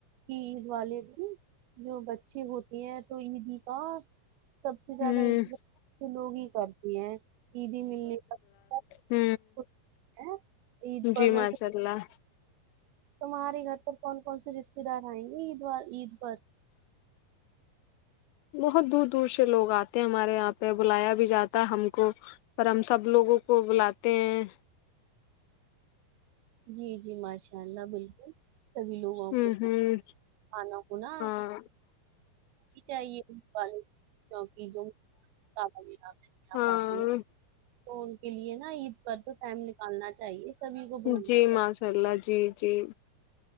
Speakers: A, on the right; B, on the left.
A: کہ والے جو بچے ہوتے ہیں تو عیدی کا سب سے زیادہ
B: ہوں
A: انتظار تو لوگ ہی کرتے ہیں عیدی ملنے کا سب
B: ہ
A: خوش ہے عید پر
B: جی
A: ویسے
B: مشاء اللہ
A: تمہارے گھر پر کون کون سے رشتے دار آئیں گے عید عید پر
B: بہت دور دور سے لوگ آتے ہیں ہمارے یہاں پہ بلایا بھی جاتا ہے ہم کو پر ہم سب لوگوں کو بلاتے ہیں
A: جی جی ماشاء اللہ بالکل سبھی لوگوں
B: ہوں
A: کو
B: ہوں
A: آنا ہونا
B: ہاں
A: چاہیےک جو آ
B: ہاں
A: آتی ہے <unintelligible> تو ان کے لیے نا عید پر تو ٹائم نکالنا چاہیے سبھی کو بلانا
B: جی
A: چاہیے
B: ماشاء اللہ جی جی